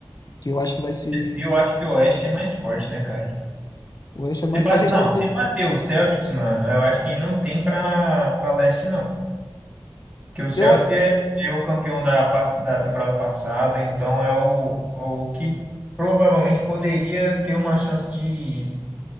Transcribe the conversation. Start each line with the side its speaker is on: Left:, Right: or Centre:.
Left: Que eu acho que vai ser.
Right: eu acho que o Oeste é mais forte, né, cara?
Left: O Oeste é mais
Right: Se bate,
Left: forte, eles
Right: não,
Left: estão tendo.
Right: se bater o Celtics, mano, eu acho que não tem pra, pra leste, não. Porque o Celtics
Left: Eu...
Right: é, é o campeão da, pas- da temporada passada, então é o, é o que provavelmente poderia ter uma chance de,